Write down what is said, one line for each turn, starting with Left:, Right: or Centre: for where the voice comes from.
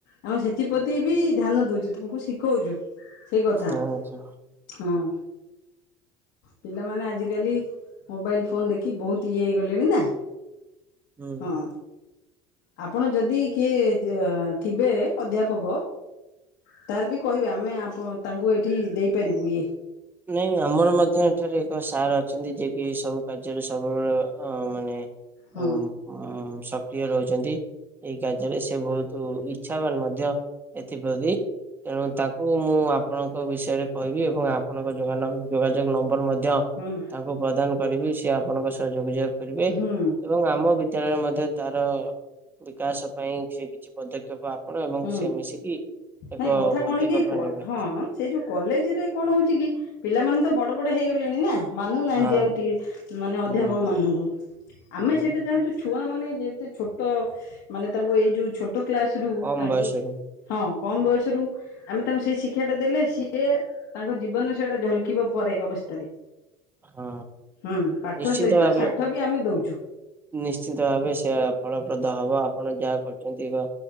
Left: ଆମେ ସେଥିପ୍ରତି ବି ଧ୍ୟାନ ଦେଉଛୁ ତାଙ୍କୁ ଶିଖଉଛୁ। ସେଇ କଥା
Right: ଆଚ୍ଛା
Left: ହୁଁ। ପିଲାମାନେ ଆଜିକାଲି ମୋବାଇଲ୍ ଫୋନ୍ ଦେଖି ବହୁତ ଇଏ ହେଇଗଲେଣି ନା
Right: ହୁଁ।
Left: ହଁ। ଆପଣ ଯଦି କିଏ ଥିବେ ଅଧ୍ୟାପକ ତାହେଲେ ବି କହିବେ ଆମେ ଆମ୍ ହଁ ତାଙ୍କୁ ଏଇଠି ଦେଇପାରିବୁ ଇଏ
Right: ନାଇଁ ଆମର ମଧ୍ୟ ଏଠାରେ ଏକ ସାର୍ ଅଛନ୍ତି ଯିଏକି ସବୁ କାର୍ଯ୍ୟରେ ସବୁବେଳେ ଅ ମାନେ
Left: ହଁ
Right: ଓ ହ <unintelligible> ସକ୍ରିୟ ରହିଛନ୍ତି ଏଇ କାର୍ଯ୍ୟରେ ସେ ବହୁତ ଇଚ୍ଛାବାନ୍ ମଧ୍ୟ ଏଥିପ୍ରତି ତେଣୁ ତାଙ୍କୁ ମୁଁ ଆପଣଙ୍କ ବିଷୟରେ କହିବି ଏବଂ ଅପ୍ ଯୋଗାଯୋଗ ନମ୍ବର ମଧ୍ ମଧ୍ୟ
Left: ହୁଁ।
Right: ତାଙ୍କୁ ପ୍ରଦାନ କରିବି ଇସ୍ ସେ ଆପଣଙ୍କ ସହ ଯୋଗାଯଗ କରିବେ
Left: ହୁଁ
Right: ଏବମ୍ ଆମ ବିଦ୍ୟାଳୟରେ ମଧ୍ୟ ତାର ବିକାଶ ପାଇଁ ସେ କିଛି ପଦକ୍ଷେପ ଆବ କଣ ଏବମ୍
Left: ହୁଁ
Right: ସେ ମିଶିକି ଏକ
Left: ନାଇଁ କଥା
Right: ପଦକ୍ଷେପ
Left: କଣ କି
Right: ନେବେ।
Left: ହଁ ସେଇ ଯୋଉ କଲେଜ ରେ କଣ କହୁଚି କି ପିଲା ମାନେ ତ ବଡ଼ ବଡ଼ ହେଇଗ ଇଗଲେଣି ନା ମାନୁନାହାନ୍ତି
Right: ହଁ
Left: ଆଉ ଟି
Right: ହୁଁ
Left: ଅଧ୍ୟାପକ ମାନଙ୍କୁ
Right: ହୁଁ
Left: ଆମେ ସେଟା ଚାହୁଁଛୁ ଛୁଆ ମାନେ ଯେମତି ଛୋଟ ମାନେ ତାଙ୍କୁ ଏଇ ଯୋଉ ଛୋଟ ଛୋଟ କ୍ଲାସ୍ ରୁ
Right: କମ
Left: ତାଙ୍କୁ
Right: ବୟସରୁ
Left: ହଁ। କମ୍ ବୟସରୁ ଆମେ ତାଙ୍କୁ ସେଇ ଶିକ୍ଷାଟା ଦେଲେ ସିଏ ତାଙ୍କ ଜୀବନେ ସେଇଟା ଝଲକିବ ପରେ ଅବସ୍ଥାରେ।
Right: ହଁ
Left: ହୁଁ ପାଠ
Right: ନିଶ୍ଚିନ୍ତ
Left: ସହିତ
Right: ଭାବେ
Left: ସାଠ ବି ଆମେ ଦଉଛୁ
Right: ନିଶ୍ଚିନ୍ତ ଭାବେ ସେଇୟା ଫଳ ପ୍ରଦ ହବ ଆପଣ ଯାହା କରୁଛନ୍ତି ବା